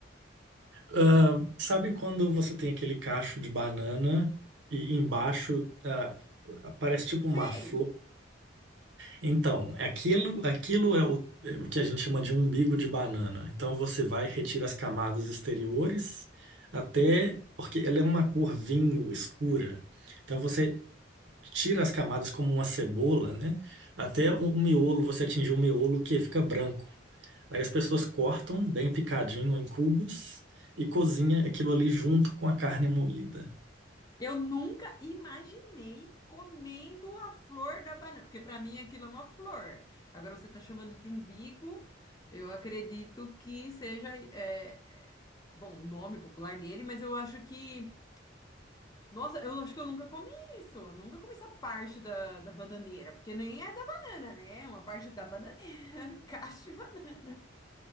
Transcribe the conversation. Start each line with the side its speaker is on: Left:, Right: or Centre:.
Right: Ah, sabe quando você tem aquele cacho de banana e embaixo ah, parece tipo uma
Left: Sei!
Right: flor Então, aquilo, aquilo é o, é o que a gente chama de umbigo de banana. Então você vai, retira as camadas exteriores até, porque ela é uma cor vinho escura. Então você tira as camadas como uma cebola, né? Até o miolo, você atingir o miolo que fica branco. Aí as pessoas cortam bem picadinho em cubos e cozinha aquilo ali junto com a carne moída.
Left: Eu nunca imaginei comendo a flor da banana, porque para mim aquilo é uma flor. Agora você está chamando de umbigo, eu acredito que seja, é, é, bom, o nome popular dele, mas eu acho que Nossa, eu acho que eu nunca comi isso. Eu nunca comi essa parte da, da bananeira, porque nem é da banana, né? É uma parte da bananeira, <laughs> do cacho de banana.